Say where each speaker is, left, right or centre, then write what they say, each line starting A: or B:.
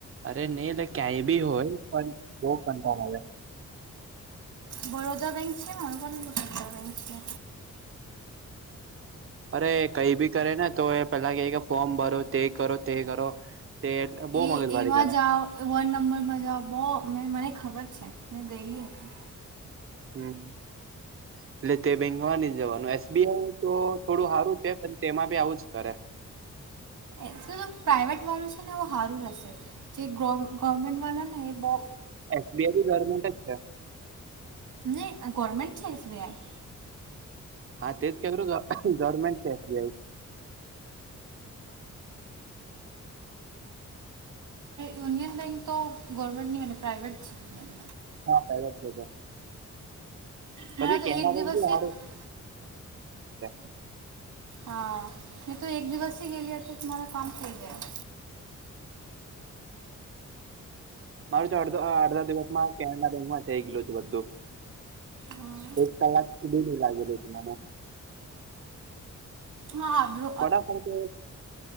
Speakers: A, on the right; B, on the right.
A: અરે ની એટલે કાય બી હોય પણ બો કંટાળ આવે
B: બરોદા બેંક છે મારાં પર <unintelligible> બેંક છે
A: અરે કઈ ભી કરે ને તો એ પેલા કેય કે ફોર્મ ભરો તે કરો તે કરો તે એટલે બો
B: એ
A: મગજ મારી
B: એમાં
A: કરે
B: જાઓ વન નંબરમાં જાઓ બો મે મને ખબર છે મેં ગેયલી હતી
A: હમ એટલે તે બેંકમાં ની જવાનું એસ બી આઈ તો થોડું હારું છે પણ તેમાં ભી આવું જ કરે
B: એસું પ્રાઇવેટ વાળું છે ને હારું રહેશે જે ગવર્મેન્ટ વાળા ને એ બો
A: એસબીઆઈ બી ગવર્મેન્ટ જ છે
B: ને ગવરમેન્ટ છે એસ બી આઈ
A: હા તે જ <unintelligible> ગવર્મેન્ટ શે S B I
B: Union Bank તો ગવર્મેન્ટ ની પ્રાઇવેટ છે બેન્ક
A: હા પ્રાઇવેટ તે તો
B: મને
A: પછી કેમેરા
B: તો એક દિવસથી જ
A: <unintelligible>
B: હા મે તો એક દિવસ ગેલી હતી મારાં કામ થઈ ગયા
A: મારું તો અડધ અડધા દિવસમાં કે ના રેંગમાં થઈ ગયલું હતું બધું
B: હા
A: એક કલાક સુધી ની લાગે તને
B: હા બલ
A: વડાપાઉં તો